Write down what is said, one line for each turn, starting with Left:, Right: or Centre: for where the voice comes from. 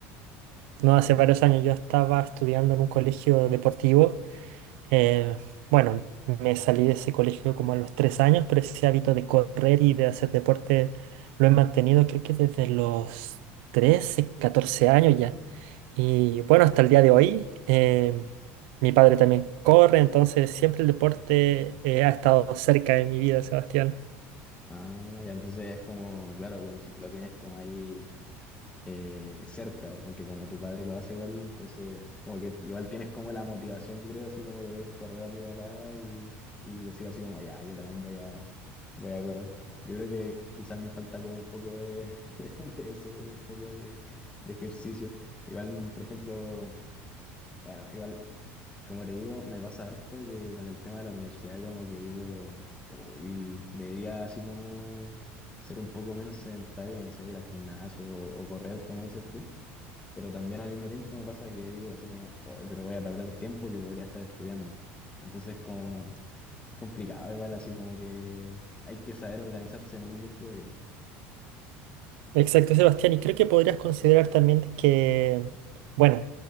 Right: No, hace varios años yo estaba estudiando en un colegio deportivo. eh, bueno, me salí de ese colegio como a los tres años, pero ese hábito de correr y de hacer deporte lo he mantenido creo que desde los 13 14 años ya. Y bueno, hasta el día de hoy, em, mi padre también corre, entonces siempre el deporte eh, ha estado cerca de mi vida, Sebastián.
Left: Ah, ya entonces es como, claro, como si lo tienes como ahí eh, cerca, o porque como tu padre lo hace igual, entonces como que igual tienes como la motivación, yo creo, así como de ver correr a tu papá y, y decir así como, ya, yo también voy a, voy a correr. Yo creo que quizás me falta como un poco de, <laughs> de eso, un poco de, de ejercicio. Igual, por ejemplo, bueno, igual, como te digo, me pasa harto que con el tema de la universidad como que digo, uy, debería así como... ser un poco menos sedentario, no sé, ir al gimnasio o o correr, como dices tú pero también al mismo tiempo me pasa que digo así como, "Oh, pero voy a perder tiempo que podría estar estudiando. Entonces como, es complicado igual, así como que hay que saber organizarse muy bien, creo yo.
Right: Exacto, Sebastián, y creo que podrías considerar también de que, bueno,